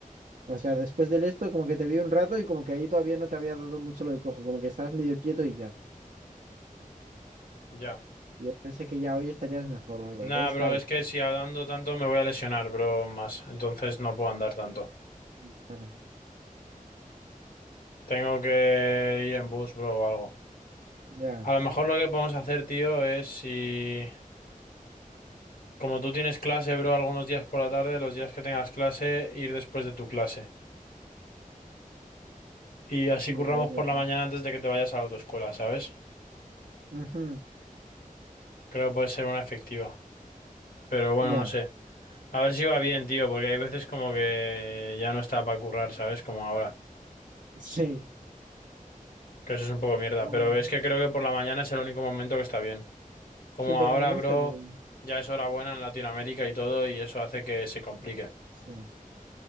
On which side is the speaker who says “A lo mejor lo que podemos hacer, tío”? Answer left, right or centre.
Left